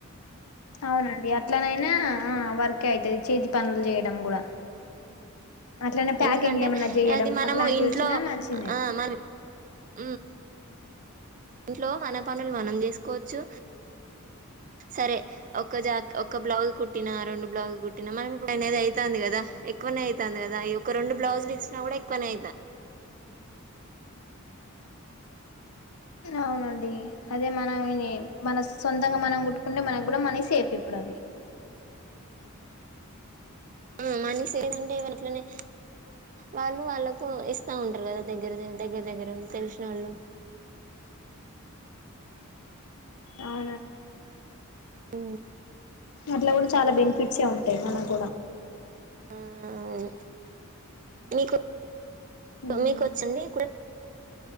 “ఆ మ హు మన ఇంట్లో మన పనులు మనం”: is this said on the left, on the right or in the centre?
Right